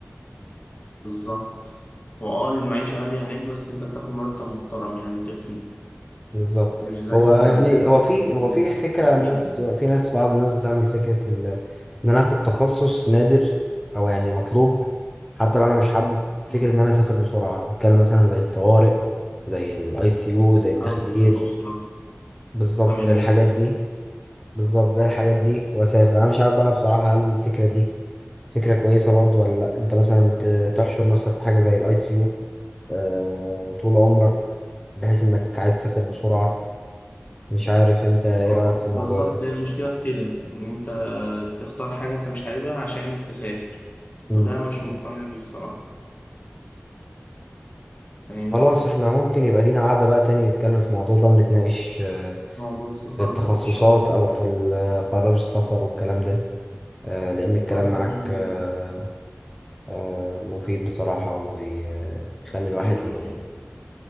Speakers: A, on the left (about 45°); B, in the centre.
A: بالظبط هو اه المعيشة غالية هناك بس انت بتاخد مرتب محترم يعني بيكفيك
B: بالظبط
A: مش زي
B: هو يعني هو في هو
A: مش
B: في
A: زي
B: فكرة
A: مش
B: الناس
A: زينا
B: في ناس بعض الناس بتعمل فكرة ال... إن أنا آخد تخصص نادر أو يعني مطلوب حتى لو أنا مش حابه فكرة
A: مم.
B: إن أنا أسافر بسرعة بتكلم مثلا زي الطوارئ زي الأي سي يو زي التخدير
A: او الاسرة
B: بالظبط
A: فاميلي
B: زي الحاجات
A: ميديسين
B: دي بالظبط زي الحاجات دي وأسافر أنا مش عارف بقى بصراحة هل الفكرة دي فكرة كويسة برضو ولا لأ أنت مثلا ت- تحشر نفسك في حاجة زي الأي سي يو آه، طول عمرك بحيث انك عايز تسافر بسرعة مش عارف انت ايه
A: اه
B: رأيك في
A: بالظبط
B: الموضوع ده
A: هي المشكلة في كده ان انت تختار حاجة انت مش حاببها عشان تسافر
B: مم.
A: وده انا مش مقتنع بيه الصراحة فاهمني
B: خلاص احنا ممكن يبقى لينا قعدة بقى تاني نتكلم في الموضوع ده ونتناقش آه،
A: موضوع السفر
B: في التخصصات
A: ده إن شاء الله
B: او في ال- آه، قرار السفر والكلام ده آه، لان الكلام
A: خلاص
B: معاك
A: بإذن
B: آه،
A: الله
B: آه، مفيد بصراحة وبيخلي الواحد
A: حبيبي ربنا
B: ي-
A: يخليك